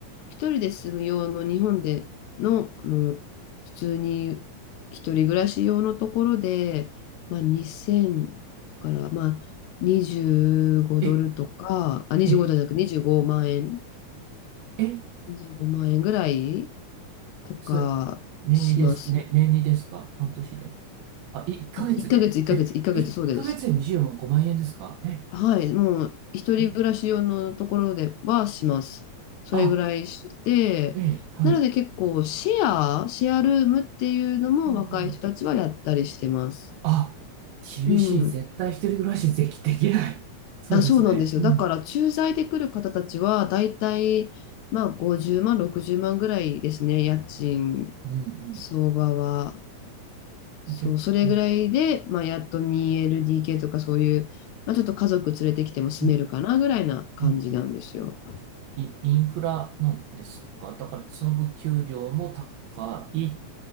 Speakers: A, on the left; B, on the right.
A: 一人で住む用の日本での、あの、普通に一人暮らし用のところで、まあ、2000から、まあ、25ドルとか、
B: え、
A: あ、25ドルじゃなく25万円、
B: え、え、
A: 25万円ぐらいとかします。
B: そ、年にです、ね、年にですか半年で。あ、1ヶ月で。
A: 1ヶ月、1ヶ月、
B: え、
A: 1ヶ月、
B: 1ヶ月で25万円ですかえ、
A: そうです。はい、もう、一人暮らし用のところではします。
B: え
A: それぐらいして、
B: あ、ええ、はい。
A: なので結構、シェア、シェアルームっていうのも若い人たちはやったりしてます。
B: うんうんあ、厳しい。
A: うん。
B: 絶対一人暮らしでき、できない。<laughs> そうですね。
A: あ、そうなんですよ。
B: うん、
A: だから、駐在で来る方たちは、だいたい、まあ、50万、60万ぐらいですね、家賃
B: うん、
A: 相場は。そう、
B: うん。け、
A: それぐらいで、
B: うん、
A: まあ、やっと 2LDK とかそういう、まあ、ちょっと家族連れてきても住めるかなぐらいな感じなんですよ。
B: うん、うん。イ、インフラなんですかだから、その分給料も高いっ